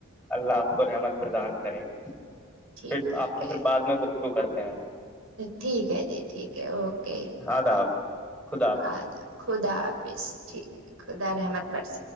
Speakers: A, in the centre; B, on the right.
A: اللہ آف کو رحمت پردان کرے
B: ٹھیک
A: پھر
B: ٹھیک
A: آپ نے
B: ہے
A: پھر بعد میں گ کو کرتے ہیں
B: ٹھیک ہے جی ٹھیک ہے اوکے
A: آداب خدا حافظ
B: ہ خدا حافظ ٹھیک ہے خدا رحمت برس